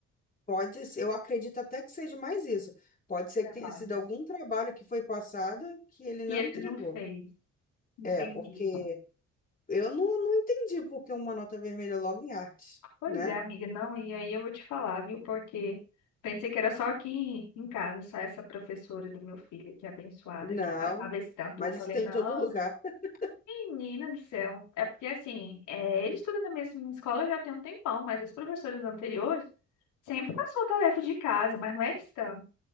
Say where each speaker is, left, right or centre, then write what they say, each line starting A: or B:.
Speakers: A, on the left; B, on the left.
A: Pode ser, eu acredito até que seja mais isso. Pode ser
B: Trabalho.
A: que tenha sido algum trabalho que foi passado que ele não
B: E ele
A: entregou.
B: não fez. Entendi.
A: É, porque Eu não, não entendi por que uma nota vermelha é logo em arte,
B: Pois
A: né?
B: é, amiga, não, e aí eu vou te falar, viu? Porque pensei que era só aqui em casa, só essa professora do meu filho, que é abençoada,
A: Não,
B: que passava esse tanto.
A: mas
B: Eu falei,
A: isso tem
B: nossa.
A: em todo lugar. <laughs>
B: Menina do céu. É porque assim, é, ele estuda na mesma escola já tem um tempão, mas as professoras anteriores sempre passou tarefa de casa, mas não era scan.